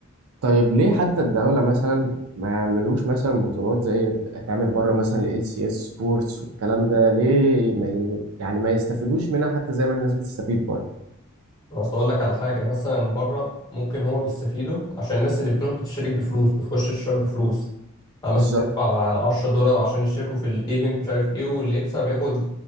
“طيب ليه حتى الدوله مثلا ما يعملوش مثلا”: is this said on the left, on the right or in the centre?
Right